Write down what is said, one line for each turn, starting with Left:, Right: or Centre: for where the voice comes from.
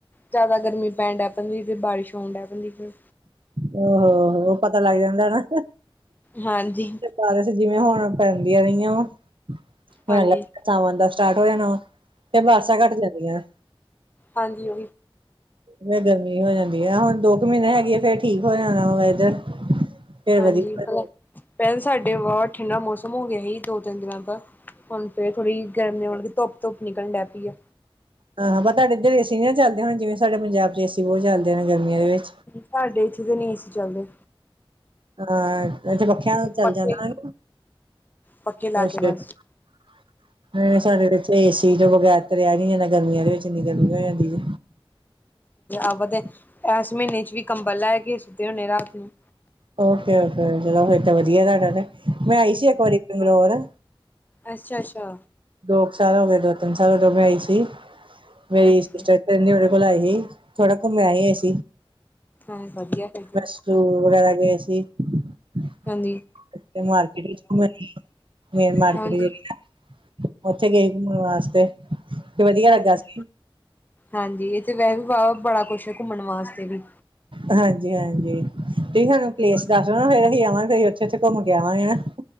Left: ਜ਼ਿਆਦਾ ਗਰਮੀ ਪੈਣ ਡ ਭਜੀ ਫ ਬਾਰਿਸ਼ ਹੋਣ ਡ ਭ ਫਿਰ
Right: ਆੋ ਉਹ ਪਤਾ ਲੱਗ ਜਾਂਦਾ ਨਾ।
Left: ਹਾਂਜੀ।
Right: ਬਾਰਸ਼ ਜਿਵੇਂ ਹੁਣ ਪੈਂਦੀਆਂ ਰਹੀਆਂ ਵਾ, ਹੁਣ
Left: ਹਾਂਜੀ
Right: ਏਹ ਲਪਤਾਵਾਂ ਦਾ ਸਟਾਰਟ ਹੋ ਜਾਣਾ ਵਾ। ਫਿਰ ਬਸਾਂ ਘੱਟ ਜਾਂਦੀਆਂ।
Left: ਹਾਂਜੀ।
Right: ਫਰ ਗਰਮੀ ਹੋ ਜਾਂਦੀ ਆ ਹੁਣ ਦੋ ਕੁ ਮਹੀਨੇ ਹੈਗੀ ਆ ਫੇਰ ਠੀਕ ਹੋ ਜਾਣਾ ਵੈਦਰ। ਫੇਰ
Left: ਹਾਂਜੀ,
Right: ਵਧੀਆ
Left: ਪਹਿਲਾਂ ਸਾਡੇ ਵਾਵਾ ਠੰਡਾ ਮੌਸਮ ਹੋ ਗਿਆ ਸੀ ਦੋ-ਤਿੰਨ ਦਿਨਾਂ ਦਾ। ਹੁਣ ਫੇਰ ਥੋੜੀ ਗਰਮੀ ਹੋਣ ਧੁੱਪ-ਧੁੱਪ ਨਿਕਲਣੈ ਪਈ ਏ।
Right: ਹਾਂ, ਤੁਹਾਡੇ ਇੱਧਰ ਏਸੀ ਨ ਨਾ ਚੱਲਦੇ ਹੁਣ ਜਿਵੇਂ, ਸਾਡੇ ਪੰਜਾਬ ਚ ਏਸੀ ਬਹੁਤ ਚੱਲਦੇ ਨੇ ਗਰਮੀਆਂ ਦੇ ਵਿੱਚ।
Left: ਸਾਹਾਡੇ ਇੱਥੇ ਤੇ ਨਹੀਂ ਸੀ ਚੱਲਦੇ।
Right: ਹਾਂ ਇੱਥੇ ਪੱਖਿਆਂ ਚੱਲ
Left: ਪੱਖੇ
Right: ਜਾਂਦਾ,
Left: ਪੱਖੇ ਲਾ
Right: ਅੱਛਾ
Left: ਕੇ ਬਸ
Right: <unintelligible> ਸਾਡੇ ਇਥੇ ਏ ਸੀ ਤੋਂ ਬਗੈਰ ਤਾਂ ਰਿਹਾ ਨੀ ਜਾਂਦਾ ਗਰਮੀਆਂ ਦੇ ਵਿੱਚ ਇੰਨੀ ਗਰਮੀ ਹੋ ਜਾਂਦੀ।
Left: ਆਵ ਤੇ ਐਸ ਮਹੀਨੇ ਚ ਵੀ ਕੰਬਲ ਲੈ ਕੇ ਸੁੱਤੇ ਹਨੇ ਰਾਤ ਨੂੰ।
Right: ਓਕੇ-ਓਕੇ ਚਲੋ ਫੇਰ ਤੇ ਵਧੀਆ ਤੁਹਾਡਾ ਤੇ ਮੈਂ ਆਈ ਸੀ ਇੱਕ ਵਾਰੀ ਬੰਗਲੋਰ
Left: ਅੱਛਾ-ਅੱਛਾ
Right: ਦੋ ਕੁ ਸਾਲ ਹੋ ਗਏ ਦੋ ਤਿੰਨ ਸਾਲ ਉਦੋਂ ਮੈਂ ਆਈ ਸੀ ਮੇਰੀ
Left: ਅੱਛਾ
Right: ਸਿਸਟਰ ੲਥੇ ਰੇਦੀ ਉਹਦੇ ਕੋਲ ਆਈ ਸੀ। ਥੋੜਾ ਘੁੰਮ ਆਏ ਐ ਸੀ,
Left: ਹਾਂ ਵਧੀਆ ਫਿਰ ਤੇ
Right: ਵਸ਼ਲੂ ਵਗੈਰਾ ਗਏ ਸੀ। ਮੈਂ
Left: ਹਾਂਜੀ
Right: ਮਾਰਕੀਟ ਵਿੱਚ ਘੁੰਮ ਰਹੀ ਮੇਨ ਮਾਰਕੀਟ
Left: ਹਾਂਜੀ
Right: ਜੇਹੜੀ ਆ ਉੱਥੇ ਗਏ ਘੁੰਮਣ ਵਾਸਤੇ ਤੇ ਵਦੀਆ ਲੱਗਾ
Left: ਹਾਂਜੀ
Right: ਸੀ
Left: ਹਾਂਜੀ ਇੱਥੇ ਵੈਸ ਵੀ ਵਾਹ ਬੜਾ ਕੁੱਛ ਹੈ, ਘੁੰਮਣ ਵਾਸਤੇ ਵੀ
Right: ਹਾਂਜੀ-ਹਾਂਜੀ ਤੁਸੀਂ ਸਾਨੂੰ ਪਲੇਸ
Left: ਹਮ
Right: ਦੱਸਦੇਨਾ ਫੇਰ ਅਸੀਂ ਆਵਾਂਗੇ ਅਸੀਂ ਉੱਥੇ-ਉੱਥੇ ਘੁੰਮ ਕੇ ਆਵਾਂਗੇ ਨਾ।